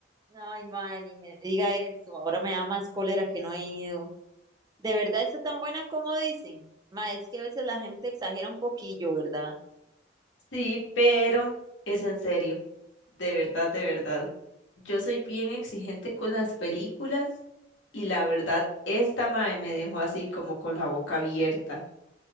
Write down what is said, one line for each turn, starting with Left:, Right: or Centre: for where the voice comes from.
Right: Ay, mae, ni me diga eso. Ahora me da más cólera que no he ido. ¿De verdad está tan buena como dicen? Mae, es que a veces la gente exagera un poquillo, ¿verdad?
Left: Sí, pero es en serio, de verdad, de verdad. Yo soy bien exigente con las películas y la verdad, esta mae me dejó así como con la boca abierta.